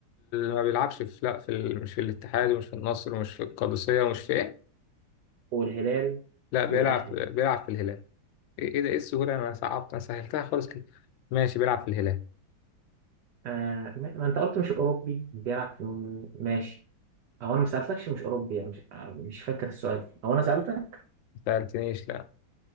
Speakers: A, on the left; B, on the right.
A: ما بيلعبش في لا في ال... مش في الاتحاد ومش في النصر ومش في القادسية ومش في إيه
B: والهلال
A: لا بيلعب
B: والاهلي
A: بيلعب في الهلال إيه إيه ده إيه السهولة أنا صعبت أنا سهلتها خالص كده ماشي بيلعب في الهلال
B: آه ما ما انت قلت مش اوروبي بيلعب في ماشي او انا ما سالتكش مش اوروبي يعني مش, آه، مش فاكر السؤال او انا سالتك
A: ما سألتنيش لا